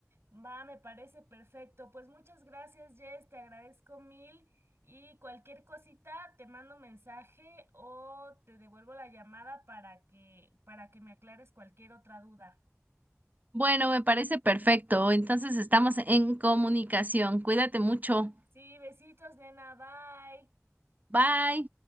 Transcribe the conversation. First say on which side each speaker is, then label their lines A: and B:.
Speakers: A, on the right (about 50°); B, on the right (about 30°).
A: Va, me parece perfecto. Pues muchas gracias, Jess, te agradezco mil y cualquier cosita te mando mensaje o te devuelvo la llamada para que para que me aclares cualquier otra duda.
B: Bueno, me parece perfecto. Entonces estamos en comunicación. Cuídate mucho.
A: Sí, besitos, nena, bye.
B: Bye.